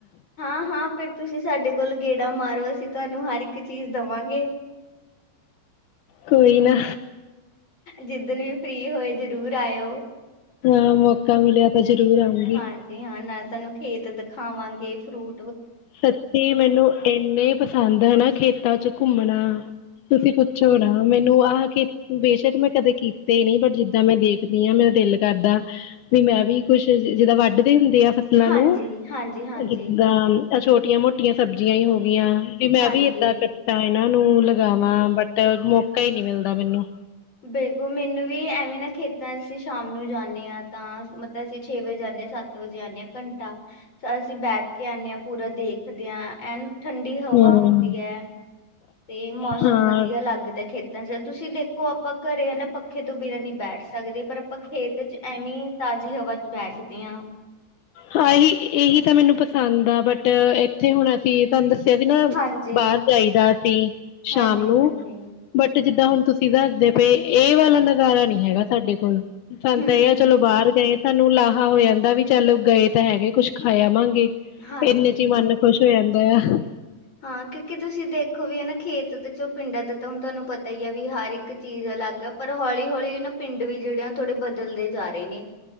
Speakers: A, on the left; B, on the left.
A: ਹਾਂ-ਹਾਂ ਫਿਰ ਤੁਸੀਂ ਸਾਡੇ ਕੋਲ ਗੇ ਡਾ ਮਾਰੋ ਅਸੀਂ ਤੁਹਾਨੂੰ ਹਰ ਇੱਕ ਚੀਜ਼ ਦਵਾਗੇ।
B: ਕੋਈ ਨਾ
A: ਜਿੱਦਨ ਵੀ ਫ੍ਰੀ ਹੋਏ ਜਰੂਰ ਲਾਇਓ।
B: ਹਾਂ ਮੌਕਾ ਮਿਲਿਆ ਤਾਂ ਜ਼ਰੂਰ ਆਊਂਗੀ
A: ਹਾਂਜੀ ਹਾਂ ਨਾਲ ਤੁਹਾਨੂੰ ਖੇਤ ਦਿਖਾਵਾਂਗੇ। ਫਰੁ
B: ਸੱਚੀ ਮੈਨੂੰ ਇੰਨੇ ਪਸੰਦ ਹਨਾ ਖੇਤਾਂ ਚ ਘੁੰਮਨਾ ਤੁਸੀਂ ਪੁੱਛੋ ਨਾ। ਮੈਨੂੰ ਆਹ ਕੇ ਬੇਸ਼ੱਕ ਮੈਂ ਕਦੇ ਕੀਤੇ ਨੀ ਬਟ ਜਿੱਦਾਂ ਮੈਂ ਦੇਖਦੀ ਆ ਮੇਰਾ ਦਿਲ ਕਰਦਾ ਵੀ ਮੈਂ ਵੀ ਕੁਛ ਜਿਦਾਂ ਵੱਢਦੇ ਹੁੰ <unintelligible> ਫ਼ਸਲਾਂ
A: ਹਾਂਜੀ
B: ਨੂੰ
A: ਹਾਂਜੀ ਹਾਂਜੀ
B: ਜਿੱਦਾਂ ਤਾਂ ਛੋਟੀਆਂ ਮੋਟੀਆਂ ਸਬਜ਼ੀਆਂ ਹੀ ਹੋ ਗਈਆਂ। ਵੀ ਮੈਂ
A: ਹਾਂਜੀ
B: ਵੀ ਏਦਾਂ ਕੱਟਾਂ ਇਹਨਾਂ ਨੂੰ ਲਗਾਵਾਂ ਬਟ ਮੌਕਾ ਹੀ ਨਹੀਂ। ਮਿਲਦਾ ਮੈਨੂੰ
A: ਬਿਲਕੁਲ ਮੈਨੂੰ ਵੀ ਐਵੇਂ ਨਾ ਖੇਤਾਂ ਅਸੀਂ ਸ਼ਾਮ ਨੂੰ ਜਾਂਦੇ ਆ ਤਾਂ ਮਤਲਬ ਅਸੀਂ ਛੇ ਵਜੇ ਜਾਣੇ ਆ ਸੱਤ ਵਜੇ ਆ ਜਾਨੇ ਆ ਘੰਟਾ ਅਸੀਂ ਬੈਠ ਕੇ ਆਣਾ ਹਾਂ ਪੂਰਾ ਦੇਖਦੇ ਹਾਂ ਐਂ ਠੰਡੀ ਹਵਾ
B: ਹਮ
A: ਹੁੰਦੀ ਹੈ। ਤੇ ਮੌਸਮ
B: ਹਾਂ
A: ਵਧੀਆ ਲੱਗਦਾ ਖੇਤ ਤਾਂ ਤੁਸੀਂ ਦੇਖੋ ਆਪਾਂ ਘਰੇ ਆ ਨਾ ਪੱਖੇ ਤੋਂ ਬਿਨਾਂ ਨਹੀਂ ਬੈਠ ਸਕਦੇ ਪਰ ਆਪਾਂ ਖੇਤ ਐਵੇਂ ਤਾਜ਼ੀ ਹਵਾ ਚ ਬੈਠਦੇ ਆ।
B: ਹਾਂ ਇਹੀ ਇਹੀ ਤਾਂ ਮੈਨੂੰ ਪਸੰਦ ਆ ਬਟ ਇੱਥੇ ਹੁਣ ਸੀ ਤੁਹਾਨੂੰ ਦੱਸਿਆ ਸੀ ਨਾ
A: ਹਾਂਜੀ
B: ਬਾਹਰ ਜਾਈਦਾ ਸੀ ਸ਼ਾਮ
A: ਹਾਂਜੀ
B: ਨੂੰ
A: ਹਾਂਜੀ
B: ਬਟ ਜਿੱਦਾਂ ਹੁਣ ਤੁਸੀਂ ਸੀ ਦੱਸਦੇ ਪਏ ਇਹ ਵਾਲਾ ਨਜ਼ਾਰਾ ਨਹੀਂ ਹੈਗਾ ਸਾਡੇ ਕੋਲ ਸਾਨੂੰ
A: ਹਮ
B: ਤਾਂ ਇਹ ਆ
A: ਹਮ
B: ਚਲੋ ਬਾਹਰ ਗਏ। ਸਾਨੂੰ ਲਾਹਾ ਹੋ ਜਾਂਦਾ ਵੀ ਚੱਲ ਗਏ ਤਾਂ ਹੈਗੇ ਕੁੱਛ ਖਾਇਆ ਵਾਂਗੇ
A: ਹਾਂਜੀ
B: ਇੰਨੇ ਚ ਹੀ ਮਨ ਖੁਸ਼ ਹੋ ਜਾਂਦਾ। ਦਾ ਆ
A: ਹਾਂ ਕਿਉਂਕਿ ਤੁਸੀਂ ਦੇਖੋ ਵੀ ਹਨਾ ਖੇਤ ਦੇ ਚ ਪਿੰਡਾਂ ਦੇ ਤਾਂ ਹੁਣ ਤੁਹਾਨੂੰ ਪਤਾ ਹੀ ਆ ਵੀ ਹਰ ਇੱਕ ਚੀਜ਼ ਅਲੱਗ ਆ ਪਰ ਹੌਲੀ ਹੌਲੀ ਨਾ ਪਿੰਡ ਵੀ ਜਿਹੜੇ ਆ ਥੋੜੇ ਬਦਲਦੇ ਜਾ ਰਹੇ ਨੇ।